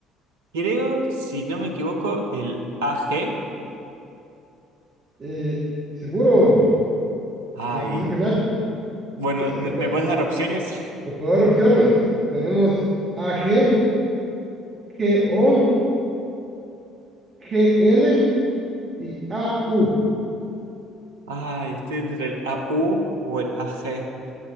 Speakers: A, on the right; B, on the right.
A: Creo, si no me equivoco, el A G.
B: Eh, seguro,
A: Ay,
B: respuesta final.
A: bueno,
B: Te, te
A: ¿me, me
B: pu-
A: puedes dar opciones?
B: te puedo dar opciones. Tenemos A G G O G L y A U.
A: <laughs> Ay, estoy entre el A U o el A AG.